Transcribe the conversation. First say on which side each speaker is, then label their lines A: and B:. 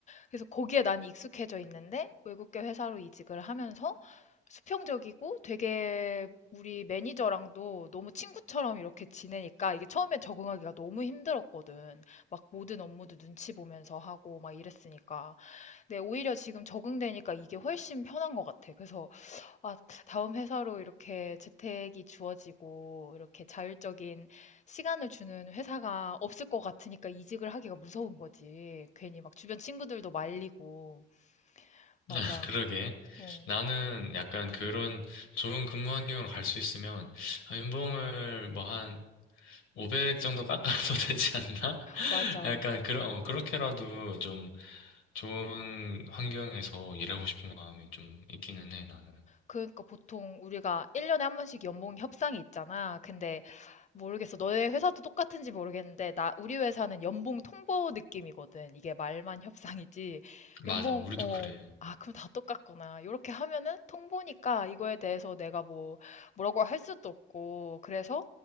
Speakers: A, on the left (about 35°); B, on the left (about 85°).
A: 그래서 거기에 난 익숙해져 있는데 외국계 회사로 이직을 하면서 수평적이고 되게 우리 매니저랑도 너무 친구처럼 이렇게 지내니까 이게 처음에 적응하기가 너무 힘들었거든. 막 모든 업무도 눈치 보면서 하고 막 이랬으니까. 네, 오히려 지금 적응되니까 이게 훨씬 편한 것 같아. 그래서, 아, 다음 회사로 이렇게 재택이 주어지고, 이렇게 자율적인 시간을 주는 회사가 없을 것 같으니까 이직을 하기가 무서운 거지. 괜히 막 주변 친구들도 말리고. 맞아.
B: <laughs> 그러게.
A: 어,
B: 나는 약간 그런 좋은 근무 환경으로 갈 수 있으면 아, 연봉을 뭐한 500 정도 깎아도 <laughs> 되지 않나?
A: 맞아.
B: <laughs> 약간 그런 어, 그렇게라도 좀 좋은 환경에서 일하고 싶은 마음이 좀 있기는 해 나는.
A: 그러니까 보통 우리가 1년에 한 번씩 연봉 협상이 있잖아. 근데 모르겠어. 너네 회사도 똑같은지 모르겠는데, 나, 우리 회사는 연봉 통보 느낌이거든. 이게 말만 협상이지.
B: 맞아,
A: 연봉,
B: 우리도
A: 어,
B: 그래.
A: 아, 그럼 다 똑같구나. 이렇게 하면은 통보니까 이거에 대해서 내가 뭐, 뭐라고 할 수도 없고. 그래서